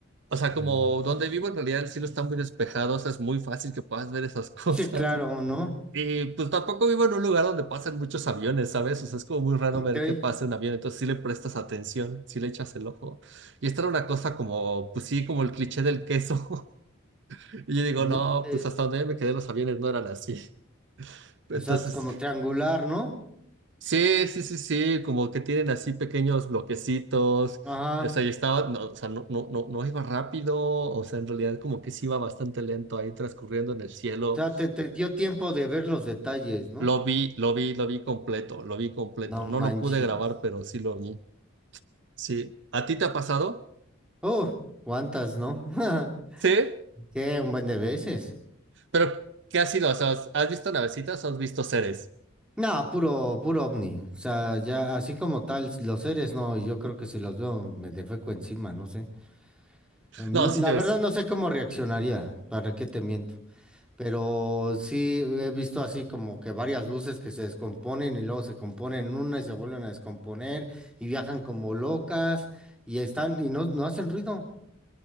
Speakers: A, on the right; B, in the centre.
A: O sea, como
B: sí.
A: donde vivo en realidad el cielo está muy despejado, o sea, es muy fácil que puedas ver esas <laughs> cosas.
B: Sí, claro, ¿no?
A: Y pues tampoco vivo en un lugar donde pasen muchos aviones, ¿sabes? O sea, es como muy raro
B: Ok.
A: ver que pase un avión, entonces sí le prestas atención, sí le echas el ojo. Y esta era una cosa como, pues sí, como el cliché del queso. <laughs> Y yo digo,
B: No
A: no,
B: inventes.
A: pues hasta donde yo me quedé los aviones no eran así. Entonces...
B: O sea, es como triangular, ¿no?
A: Sí, sí, sí, sí, como que tienen así pequeños bloquecitos.
B: Ajá.
A: O sea, yo estaba, no, o sea, no, no, no, no iba rápido, o sea, en realidad como que sí iba bastante lento ahí transcurriendo en el cielo.
B: Ya te, te dio tiempo de ver los detalles, ¿no?
A: Lo vi, lo vi, lo vi completo, lo vi completo.
B: No
A: No
B: manches.
A: lo pude grabar, pero sí lo vi. Sí. ¿A ti te ha pasado?
B: Oh, ¿cuántas, no? <laughs>
A: Sí.
B: Qué un buen de veces.
A: Pero, ¿qué ha sido? O sea, ¿has visto navecitas o has visto seres?
B: No, puro, puro ovni. O sea, ya así como tal, los seres, no, yo creo que si los veo me defeco encima, no sé. Em,
A: No,
B: no-
A: sí,
B: la
A: yo
B: verdad
A: es.
B: no sé cómo reaccionaría, para qué te miento. Pero sí he visto así como que varias luces que se descomponen y luego se componen en una y se vuelven a descomponer y viajan como locas y están y no, no hacen ruido.